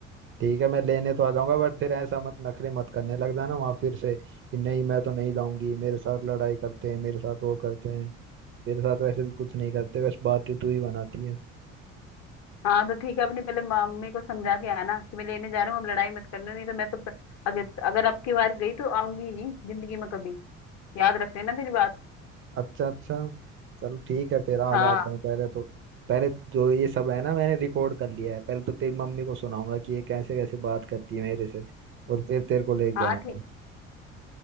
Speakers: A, on the right; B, on the left.
A: ठीक है मैं लेने तो आ जाऊंगा बट फिर ऐसा मत नखरे मत करने लग जाना वहां फिर से कि नहीं मैं तो नहीं जाऊंगी मेरे साथ लड़ाई करते हैं मेरे साथ वो करते हैं मेरे साथ वैसे भी कुछ नहीं करते बस बातें तू ही बनाती है
B: हाँ तो ठीक है अपनी पहले मम्मी को समझा के आना कि मैं लेने जा रहा हूँ अब लड़ाई मत करना नहीं तो मैं तो प- अगर अगर अब की बार गई तो आऊंगी ही नहीं जिंदगी में कभी याद रख लेना मेरी बात
A: अच्छा अच्छा चल ठीक है फिर आज
B: हाँ
A: आता हूँ पहले तो पहले जो ये सब है ना मैंने रिकॉर्ड कर लिया है पहले तो तेरी मम्मी को सुनाऊंगा कि ये कैसे कैसे बात करती है मेरे से और फिर तेरे को लेके
B: हाँ
A: आऊंगा
B: ठीक